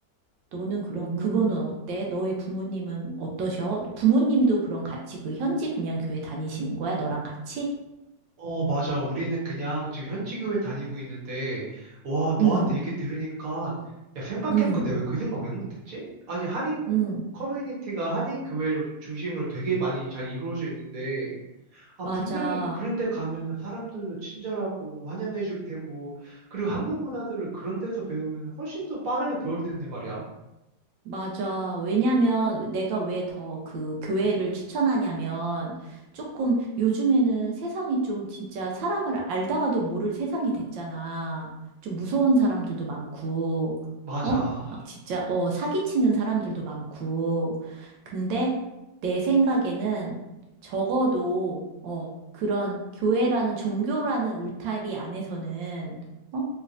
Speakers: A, on the right (about 80°); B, on the right (about 55°).
A: 너는 그럼
B: 오,
A: 그거는 어때? 너희 부모님은 어떠셔? 부모님도 그럼 같이 그 현지 그냥 교회 다니시는 거야? 너랑 같이?
B: 어, 맞아. 우리는 그냥 지금 현지교회 다니고 있는데, 와, 너한테
A: 응.
B: 얘기 들으니까, 야, 생각해보니까
A: 응.
B: 내가 왜 그 생각 왜 못했지? 아니, 한인
A: 응,
B: 커뮤니티가 한인 교회로 중심으로 되게 많이 잘 이루어져 있는데, 아,
A: 맞아.
B: 분명히 그런 데 가면은 사람들도 친절하고 환영해줄 테고, 그리고 한국 문화들을 그런 데서 배우면 훨씬 더 빠르게 배울 텐데 말이야.
A: 맞아. 왜냐면 내가 왜 더 그 교회를 추천하냐면 조금 요즘에는 세상이 좀 진짜 사람을 알다가도 모를 세상이 됐잖아. 좀 무서운 사람들도 많고,
B: 맞아.
A: 어? 막 진짜, 어, 사기치는 사람들도 많고. 근데 내 생각에는 적어도, 어, 그런 교회라는 종교라는 울타리 안에서는, 어?